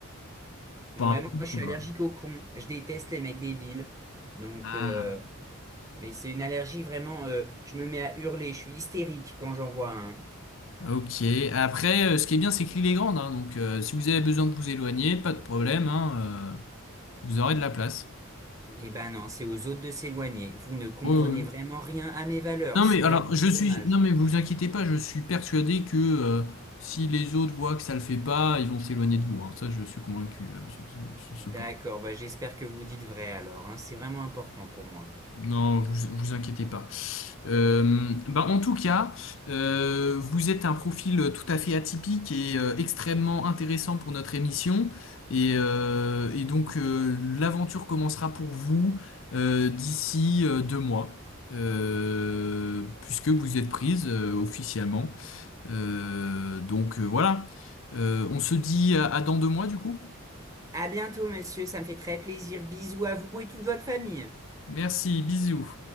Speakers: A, on the right; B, on the left.
A: Moi,
B: enfin,
A: moi, je suis
B: voilà.
A: allergique aux cons. Je déteste les mecs débiles. Donc,
B: Ah.
A: euh, Mais c'est une allergie vraiment, euh, je me mets à hurler, je suis hystérique quand j'en vois un.
B: Ah, Ok. Après, euh, ce qui est bien, c'est que l'île est grande, hein, donc euh, si vous avez besoin de vous éloigner, pas de problème, hein, euh, vous aurez de la place.
A: Eh ben non, c'est aux autres de s'éloigner. Vous ne comprenez
B: Oui, oui.
A: vraiment rien à mes valeurs,
B: Non
A: c'est
B: mais
A: vraiment
B: alors, je
A: très
B: suis,
A: dommage.
B: non mais vous inquiétez pas, je suis persuadé que euh, si les autres voient que ça le fait pas, ils vont s'éloigner de vous. hein. Ça, je suis convaincu euh, sur ce, sur ce
A: D'accord,
B: point.
A: bah j'espère que vous dites vrai alors, hein, c'est vraiment important pour moi.
B: Non, vous vous inquiétez pas. Euh, ben, en tout cas, euh, vous êtes un profil tout à fait atypique et euh, extrêmement intéressant pour notre émission. Et, euh, et donc euh, l'aventure commencera pour vous euh, d'ici euh, deux mois, euh, puisque vous êtes prise euh, officiellement. Euh, donc euh, voilà. Euh, on se dit à à dans deux mois du coup.
A: À bientôt, monsieur, ça me fait très plaisir. Bisous à vous et toute votre famille.
B: Merci, bisous.